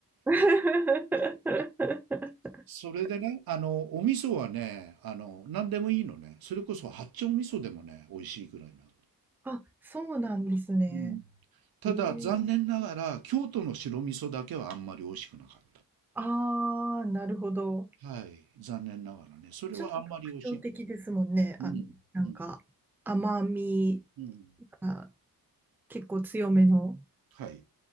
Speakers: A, in the centre; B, on the right.
A: <laughs>
B: それでね、あの、お味噌はね、あの、何でもいいのね。それこそ八丁味噌でもね、美味しいぐらいな
A: あ、そうなんですね。
B: うん。ただ、
A: へえ。
B: 残念ながら、京都の白味噌だけはあんまり美味しくなかっ
A: あー、なるほど。
B: た。はい。残念ながらね。それはあんまり美味しいと思
A: ちょっと特徴的ですもんね。あの、
B: う。うん。
A: なんか、
B: うん。
A: 甘み
B: うん。
A: が結構強めの。
B: はい。